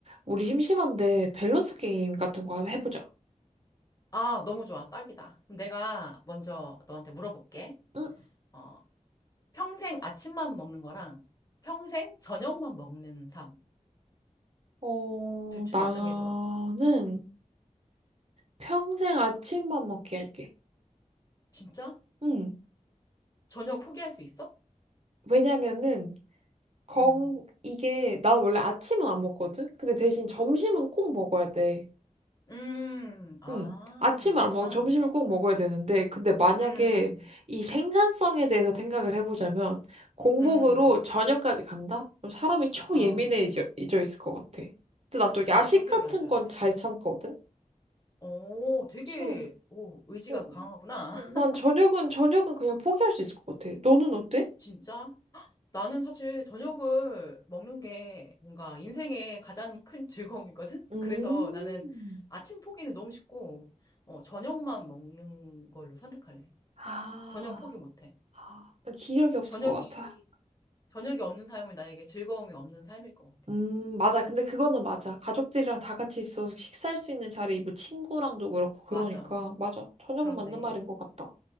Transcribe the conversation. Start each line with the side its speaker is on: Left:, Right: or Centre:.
Right: 우리 심심한데 밸런스 게임 같은 거 한번 해보자.
Left: 아, 너무 좋아. 딱이다. 그럼 내가 먼저 너한테 물어볼게.
Right: 응,
Left: 어, 평생 아침만 먹는 거랑 평생 저녁만 먹는 삶.
Right: 어,
Left: 둘 중에
Right: 나는
Left: 어떤 게 좋아?
Right: 평생 아침만 먹게 할게.
Left: 진짜?
Right: 응.
Left: 저녁 포기할 수 있어?
Right: 왜냐면은, 건,
Left: 음.
Right: 이게, 난 원래 아침은 안 먹거든? 근데 대신 점심은 꼭 먹어야 돼.
Left: 음. 아,
Right: 응. 아침을
Left: 그렇구나.
Right: 안 먹고 점심을 꼭 먹어야 되는데, 근데 만약에
Left: 음.
Right: 이 생산성에 대해서 생각을 해보자면, 공복으로
Left: 음.
Right: 저녁까지 간다? 그럼 사람이 초예민해져
Left: 어.
Right: 있을 것 같아. 근데 난
Left: 그치.
Right: 또 야식
Left: 성격이
Right: 같은
Left: 안 좋아지겠다.
Right: 건 잘 참거든?
Left: 오, 되게,
Right: 그래서
Left: 오, 의지가
Right: 어,
Left: 강하구나. <laughs>
Right: 난 저녁은 저녁은 그냥 포기할 수 있을 것 같아. 너는 어때?
Left: 진짜? 나는 사실 저녁을 먹는 게 뭔가 인생의 가장 큰 즐거움이거든?
Right: 음,
Left: <laughs> 그래서 나는 아침 포기는 너무 쉽고, 어, 저녁만 먹는 걸로 선택할래.
Right: 아,
Left: 저녁 포기 못해.
Right: 아, 난 기력이 없을
Left: 저녁이,
Right: 것 같아.
Left: 저녁이 없는 삶은 나에게 즐거움이 없는 삶일 것 같아.
Right: 음, 맞아. 근데 그거는 맞아. 가족들이랑 다 같이 있어서 식사할 수 있는 자리에 뭐 친구랑도 그렇고 그러니까
Left: 맞아.
Right: 맞아. 저녁은
Left: 그렇네.
Right: 맞는 말인 것 같다.